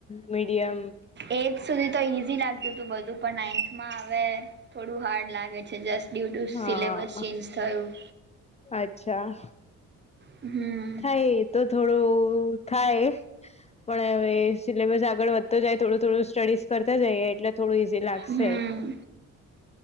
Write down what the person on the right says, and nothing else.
એથ સુધી તો ઇઝી લાગતું હતું બધું પણ નાઇન્થમાં હવે થોડું હાર્ડ લાગે છે જસ્ટ- ડ્યૂ ટુ
સિલેબસ ચેન્જ થયું.
હમ
હમ